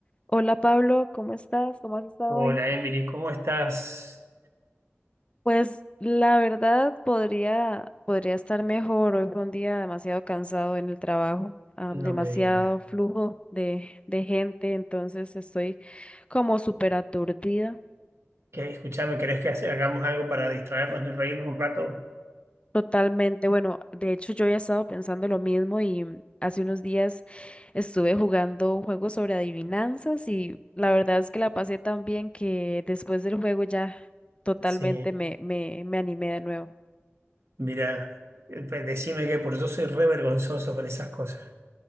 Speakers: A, on the left; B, on the right.
A: Hola Pablo, ¿cómo estás? ¿Cómo has estado
B: Hola
A: hoy?
B: Emily, ¿cómo estás?
A: Pues la verdad podría, podría estar mejor. Hoy fue un día demasiado cansado en el trabajo, ah, demasiado
B: No me digas.
A: flujo de, de gente, entonces estoy como súper aturdida
B: ¿Qué? Escuchame, ¿querés que hace- hagamos algo para distraernos y reírnos un rato?
A: totalmente. Bueno, de hecho yo ya he estado pensando lo mismo y mm, hace unos días estuve jugando un juego sobre adivinanzas y la verdad es que la pasé tan bien que después del juego ya totalmente
B: Sí,
A: me, me, me animé de nuevo.
B: mira, eh, decime que por yo soy re vergonzoso con esas cosas.